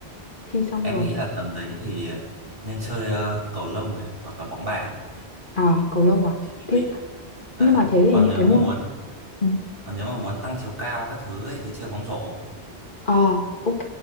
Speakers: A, on the left; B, on the right.
A: thi xong
B: em
A: rồi.
B: nghĩ là tầm đấy thì nên chơi ờ, cầu lông này hoặc là bóng bàn
A: À cầu lông à.
B: thì hợp
A: Thế
B: lý đấy
A: nhưng mà thế thì
B: còn
A: những
B: nếu
A: cái môn
B: mà muốn
A: ừ.
B: còn nếu mà muốn tăng chiều cao các thứ ấy, thì chơi bóng rổ
A: Ờ, ok.